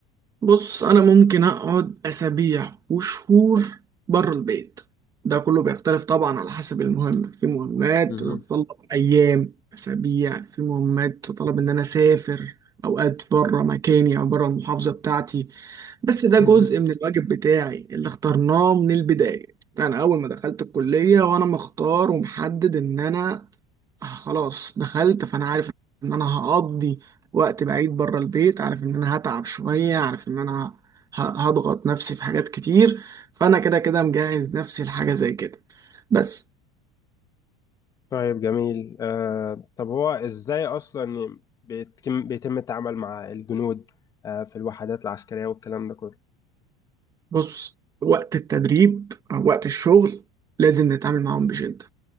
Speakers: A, on the right; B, on the left.
A: بص انا ممكن اقعد اسابيع وشهور بره البيت ده كله بيختلف طبعا على حسب المهمة في مهمات
B: مهم.
A: بتتطلب ايام اسابيع في مهمات تتطلب ان انا اسافر اوقات بره مكاني او بره المحافظة بتاعتي بس ده
B: مهم.
A: جزء من الواجب بتاعي اللي اخترناه من البداية يعني أول ما دخلت الكلية وأنا مختار ومحدد إن أنا آه خلاص دخلت فأنا عارف إن أنا هقضي وقت بعيد بره البيت عارف إن أنا هتعب شوية عارف إن أنا ه- هضغط نفسي في حاجات كتير فأنا كده كده مجهز نفسي لحاجة زي كده بس
B: طيب جميل آه طب هو ازاي اصلا بيتم بيتم التعامل مع الجنود آه في الوحدات العسكرية والكلام ده كله
A: بص وقت التدريب أو وقت الشغل لازم نتعامل معاهم بجد